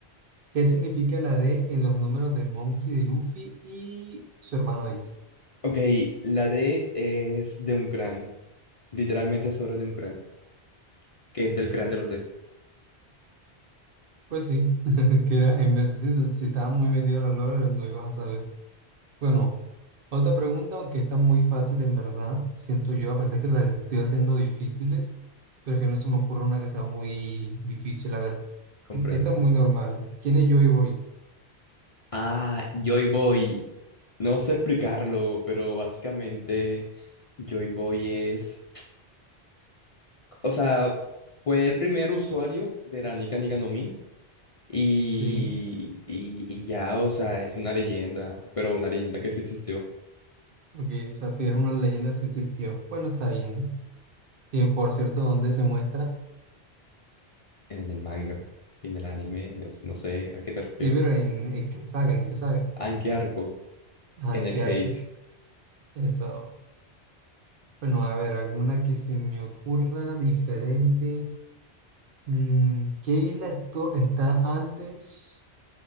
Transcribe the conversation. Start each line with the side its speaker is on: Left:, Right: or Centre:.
Right: ¿Qué significa la D en los números de Monkey, de Luffy y su hermano Ace?
Left: Ok, la D es de un crán, literalmente sobre de un crán, que es del crán de los D,
Right: Pues sí, <laughs> que era, en vez de si, si estabas muy metido en los lore, lo ibas a saber. Bueno, otra pregunta, aunque está muy fácil en verdad, siento yo, a pesar que las estoy haciendo difíciles, pero es que no se me ocurre una que sea muy difícil. A ver,
Left: comprendo.
Right: esta es muy normal. ¿Quién es Joy Boy?
Left: Ah, Joy Boy. No sé explicarlo, pero básicamente Joy Boy es, o sea, fue el primer usuario de la Nika no Mi y,
Right: Sí,
Left: y, y ya, o sea, es una leyenda, pero una leyenda que sí existió
Right: ok, o sea, si es una leyenda que existió. Bueno, está bien. Y por cierto, ¿dónde se muestra?
Left: en el manga, en el anime, o sea, no sé a qué te refieres.
Right: Sí, pero ¿en, en qué saga? ¿En qué saga?
Left: ¿Ah, en qué arco?
Right: Ajá,
Left: En
Right: ¿en
Left: el
Right: qué arco?
Left: Hate.
Right: Eso. Bueno, a ver, alguna que se me ocurra diferente. Mm, ¿qué isla estu- está antes